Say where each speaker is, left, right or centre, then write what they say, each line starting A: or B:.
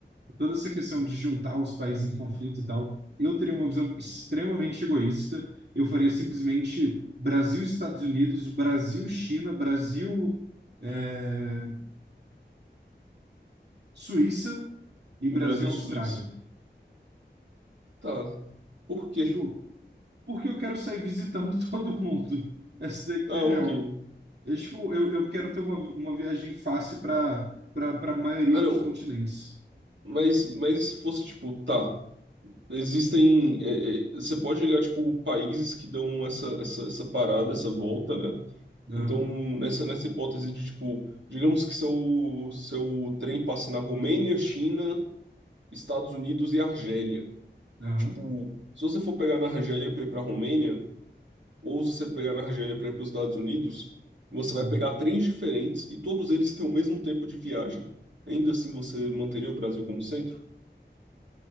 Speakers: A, on the right; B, on the right.
A: toda essa questão de juntar os países em conflito e tal. Eu teria uma visão extremamente egoísta. Eu faria simplesmente Brasil, Estados Unidos, Brasil, China, Brasil, é, Suíça e Brasil,
B: Brasil,
A: Austrália.
B: Suíça. Tá. Por quê?
A: Tipo, porque eu quero sair visitando <laughs> todo mundo. Essa daqui
B: Ah,
A: é a
B: ok.
A: real. Eu, tipo, eu, eu quero ter uma, uma viagem fácil para para a maioria
B: Ah,
A: dos
B: não.
A: continentes.
B: Mas, mas e se fosse, tipo, tá. Existem. é, é, você pode ligar, tipo, países que dão essa, essa, essa parada, essa volta, né?
A: Aham,
B: Então, nessa, nessa hipótese de, tipo, digamos que seu, seu trem passe na Romênia, China, Estados Unidos e Argélia.
A: aham.
B: Tipo, se você for pegar na Argélia para ir pra Romênia. Ou se você pegar na Argélia para ir para os Estados Unidos, você vai
A: uhum.
B: pegar trens diferentes e todos eles têm o mesmo tempo de viagem. Ainda assim, você manteria o Brasil como centro?